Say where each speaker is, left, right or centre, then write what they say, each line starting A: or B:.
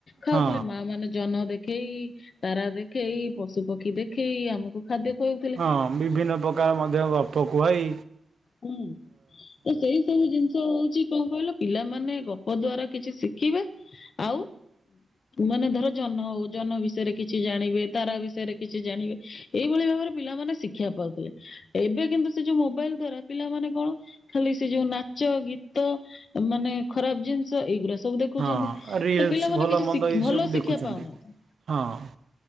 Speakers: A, on the left; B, on the right.
A: ଖାଉଥିଲେ
B: ହଁ
A: ମା ମାନେ ଜହ୍ନ ଦେଖ ଦେଖେଇ ତାରା ଦେଖେଇ ପଶୁ ପକ୍ଷୀ ଦେଖେଇ ଆମକୁ ଖାଦ୍ୟ ଖଉ ଥି
B: ହଁ ବିଭିନ୍ନ ପ୍ରକାର ମଧ୍ୟ ଗପ କୁହଇ
A: ହୁଁ ସେଇ ସବୁ ଜିନିଷ ହଉଛି କଣ କହିଲ ପିଲାମାନେ ଗପ ଦ୍ଵାରା କିଛି ଶିଖିବେ ଆଉ ମାନେ ଧର ଜହ୍ନ ହଉ ଜହ୍ନ ବିଷୟରେ କିଛି ଜାଣିବେ ତାରା ବିଷୟରେ କିଛି ଜାଣିବେ। ଏଇଭଳି ଭାବରେ ପିଲାମାନେ ଶିକ୍ଷା ପାଉଥିଲେ ଏବେ କିନ୍ତୁ ସେ ଯୋଉ ମୋବାଇଲ ଦ୍ଵାରା ପିଲାମାନେ କଣ ଖାଲି ସେ ଯୋଉ ନାଚ ଗୀତ ମାନେ ଖରାପ ଜିନିଷ ଏଇଗୁଡା ସବୁ ଦେଖୁଛନ୍ତି
B: ହଁ ରିଲସ
A: ତ ପିଲାମାନେ
B: ଭଲ
A: କିଛି
B: ମନ୍ଦ ଏଇ
A: ଭଲ
B: ସବୁ ଦେଖୁଛନ୍ତି
A: ଶିକ୍ଷା ପାଉନାହାନ୍ତି।
B: ହଁ ଅ।